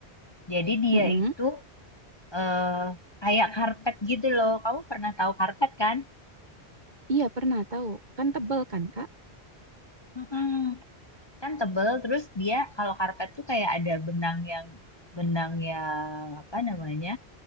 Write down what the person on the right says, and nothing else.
Mm-mm.
Iya, pernah tahu. Kan tebel kan, Kak?